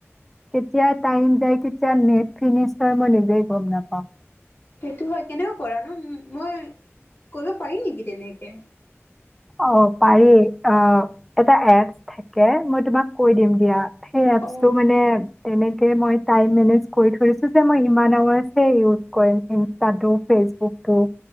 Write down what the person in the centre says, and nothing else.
কেতিয়া টাইম যায়, কেতিয়া নেট ফিনিচ হয়, মই নিজেই গম নাপাওঁ।
অঁ পাৰি, অঁ এটা এপ্ছ থাকে মই তোমাক কৈ দিম দিয়া। হেই এপ্ছটো
মানে তেনেকে মই টাইম মেনেজ কৰি থৈছোঁ যে মই ইমান আৱাৰ্চ হে ইউজ কৰিম, ইনষ্টাটো, ফেচবুকটো,